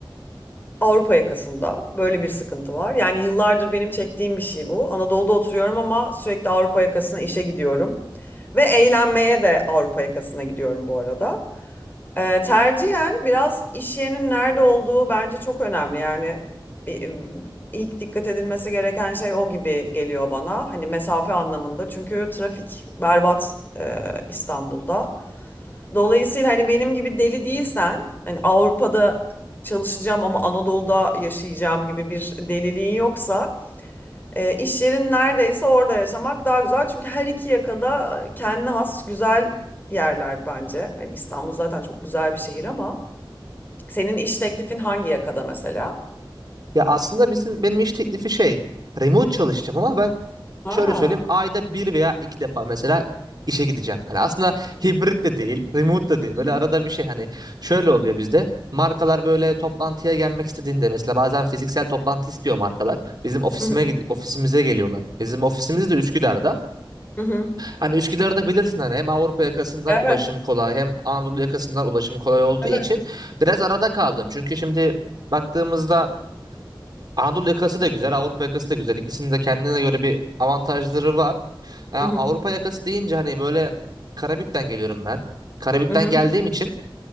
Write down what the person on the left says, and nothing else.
Avrupa yakasında. Böyle bir sıkıntı var. Yani yıllardır benim çektiğim bir şey bu. Anadolu'da oturuyorum ama sürekli Avrupa yakasına işe gidiyorum. Ve eğlenmeye de Avrupa yakasına gidiyorum bu arada. Ee, tercihen biraz iş yerinin nerede olduğu bence çok önemli. Yani e, ilk dikkat edilmesi gereken şey o gibi geliyor bana. Hani mesafe anlamında. Çünkü trafik berbat e, İstanbul'da. Dolayısıyla hani benim gibi deli değilsen, hani Avrupa'da çalışacağım ama Anadolu'da yaşayacağım gibi bir deliliğin yoksa, e, iş yerin neredeyse orada yaşamak daha güzel. Çünkü her iki yakada kendine has güzel yerler bence. Hani İstanbul zaten çok güzel bir şehir ama. Senin iş teklifin hangi yakada mesela?
Aa,
Hı
hı.
Hı hı.
Evet,
evet.
Hı hı.
Hı hı.